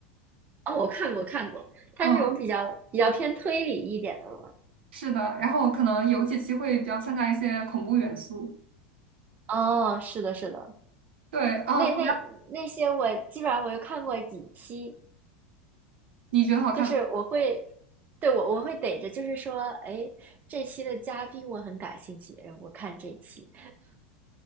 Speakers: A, on the right (about 30°); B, on the right (about 70°).
A: 哦，我看过看过，它这种比较比较偏推理一点的嘛。
B: 嗯，是的，然后可能有几期会比较掺杂一些恐怖元素。
A: 哦，是的，是的，
B: 对，啊，
A: 那那那些我基本上我有看过几期，
B: 你觉得好看吗？
A: 就是我会，对，我我会逮着，就是说，哎，这期的嘉宾我很感兴趣，哎我看这期，